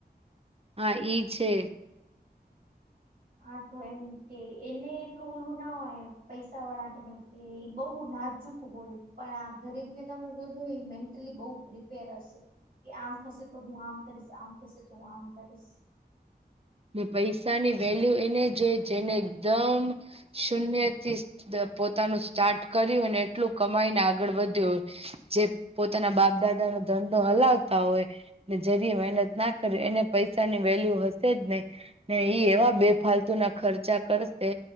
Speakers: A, on the right (about 35°); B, on the right (about 55°).
A: હા ઈ છે.
B: હા તો એમ કે એને એટલું ઓલું ના હોય પૈસાવાળા કને એ બહુ નાજુક હોય. પણ આ ગરીબને તમે જોજો ઈ મેન્ટલી બહુ પ્રિપેર હશે. કે આમ થશે તો હું આમ કરીશ આમ થશે તો હું આમ કરીશ.
A: ને પૈસાની વેલ્યુ એને જ હે જેને એકધમ શૂન્યથી દ પોતાનું સ્ટાર્ટ કર્યું હોયને એટલું કમાઈને આગળ વધ્યો હોય. જે પોતાના બાપ દાદાનો ધંધો હલાવતા હોય. ને જરીએ મહેનત ના કરી એને પૈસાની વેલ્યુ હશે જ નહી. ને ઈ એવા બે ફાલતુના ખર્ચા કરશે